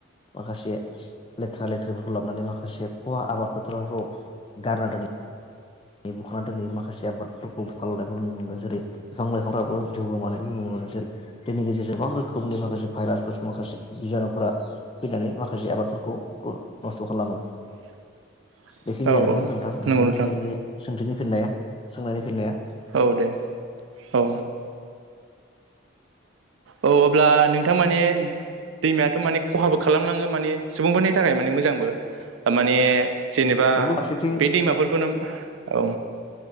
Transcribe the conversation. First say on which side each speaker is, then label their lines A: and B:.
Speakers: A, on the left; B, on the right.
A: माखासे लेथ्रा लेथ्राफोरखौ लाबनानै माखासे खहा आबाद फोथारफोराव गारना दोनै नै बुखांना दोनैयो माखासे आबादफोरखौ बुखारलांनाय नुनो मोनो। जेरै बिफां लाइफांफ्राबो जिउ गोमानायखौ जों नुनो जेरै दैनि गेजेरजों गोबां रोखोमनि माखासे भाइरासफोर माखासे बिजानुफोरा फैनानै माखासे आब बादफोरखौ क नस्थ' खालामो।
B: <inaudible>
A: बेखिनियानोमोन
B: औ औ
A: नोंथां नोंथांनि
B: नंगौ नोंथां
A: जिथुनाखि सोंथिनि फिननाया सोंनायनि फिननाया।
B: औ दे औ। औ अब्ला नोंथां माने दैमायाथ' माने खहाबो खालामलाङो माने सुबुंफोरनि थाखाय माने मोजांबो माने जेनेबा
A: नंगौ फारसेथिं
B: बे दैमाफोरखौनो औ